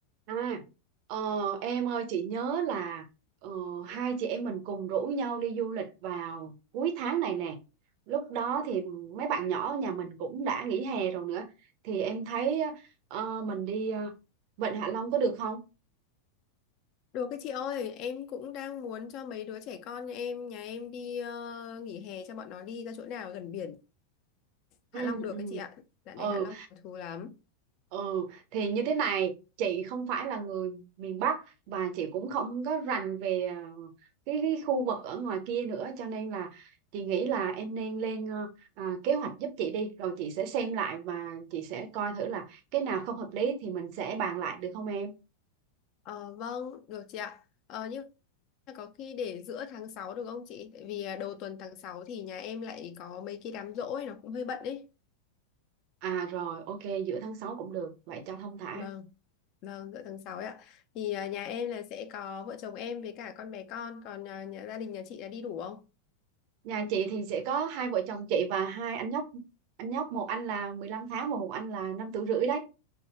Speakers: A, on the right; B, on the left.
A: À, ờ, em ơi chị nhớ là ờ, hai chị em mình cùng rủ nhau đi du lịch vào cuối tháng này nè. Lúc đó thì mấy bạn nhỏ ở nhà mình cũng đã nghỉ hè rồi nữa. Thì em thấy ờ, mình đi ờ, Vịnh Hạ Long có được không?
B: Được cái chị ơi, em cũng đang muốn cho mấy đứa trẻ con nhà em, nhà em đi ờ, nghỉ hè cho bọn nó đi ra chỗ nào gần biển.
A: ừ
B: Hạ Long được
A: ừ
B: cái chị ạ. Dạo
A: ừ
B: này Hạ Long có thú lắm.
A: Ừ, thì như thế này, chị không phải là người miền Bắc và chị cũng không có rành về ờ, cái, cái khu vực ở ngoài kia nữa cho nên là chị nghĩ là em nên lên ờ, à, kế hoạch giúp chị đi rồi chị sẽ xem lại và chị sẽ coi thử là cái nào không hợp lý thì mình sẽ bàn lại được không em?
B: Ờ, vâng, được chị ạ. Ờ, nhưng mà có khi để giữa tháng 6 được không chị? Tại vì à, đầu tuần tháng 6 thì nhà em lại có mấy cái đám giỗ ấy, nó cũng hơi bận ấy.
A: À rồi, ok, giữa tháng 6 cũng được, vậy cho thông thả.
B: Vâng, vâng, giữa tháng 6 ấy ạ. Thì à, nhà em là sẽ có vợ chồng em với cả con bé con, còn à, nhà gia đình nhà chị đã đi đủ không?
A: Nhà chị thì sẽ có hai vợ chồng chị và hai anh nhóc. Anh nhóc một anh là 15 tháng và một anh là năm tuổi rưỡi đấy.